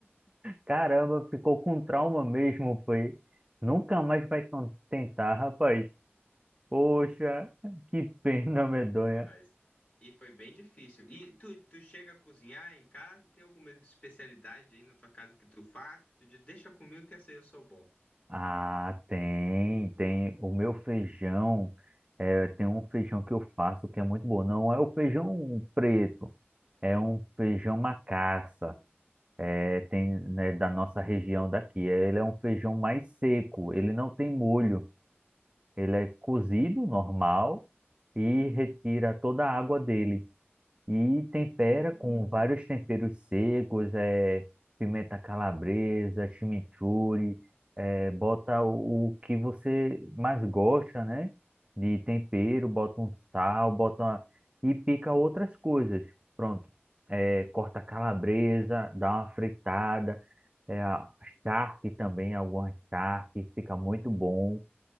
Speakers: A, on the right; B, on the left.
A: Caramba, ficou com trauma mesmo, foi. Nunca mais vai ton- tentar, rapaz. Poxa, que pena medonha.
B: Mas. E foi bem difícil. E tu, tu chega a cozinhar em casa? Tem alguma especialidade aí na tua casa que tu faz? Que tu diz, deixa comigo que essa aí eu sou bom.
A: Ah, tem, tem. O meu feijão, é, tem um feijão que eu faço que é muito bom. Não é o feijão preto, é um feijão macaça. É, tem, né, da nossa região daqui. Ele é um feijão mais seco, ele não tem molho. Ele é cozido normal e retira toda a água dele e tempera
B: Hum,
A: com vários temperos secos, é, pimenta calabresa, chimichurri, é, bota o, o que você mais gosta, né? De tempero, bota um sal, bota e pica outras coisas. Pronto. É, corta calabresa, dá uma fritada, é, a charque também, alguma charque, fica muito bom.